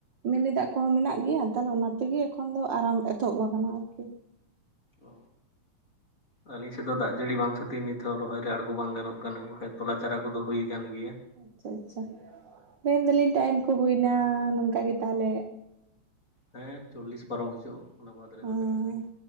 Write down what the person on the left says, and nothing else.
ᱚ ᱟᱹᱞᱤᱧ ᱥᱮᱫ ᱫᱚ ᱫᱟᱜ ᱡᱟᱹᱲᱤ ᱵᱟᱝ ᱠᱷᱟᱹᱛᱤᱨ, ᱱᱤᱛ ᱦᱚᱸ ᱨᱚᱦᱚᱭ ᱨᱮ ᱟᱬᱜᱚ ᱵᱟᱝ ᱜᱟᱱᱚᱜ ᱠᱟᱱᱟ, ᱵᱟ ᱛᱚᱞᱟ ᱪᱟᱨᱟ ᱠᱚᱫᱚ ᱦᱩᱭ ᱟᱠᱟᱱ ᱜᱮᱭᱟ᱾
ᱦᱮᱸ ᱪᱚᱞᱞᱤᱥ ᱯᱟᱨᱚᱢ ᱦᱚᱪᱚᱜ ᱚᱱᱟ ᱵᱟᱫ ᱨᱮ ᱫᱚᱦᱚᱭᱮᱜ
ᱟᱹᱧ᱾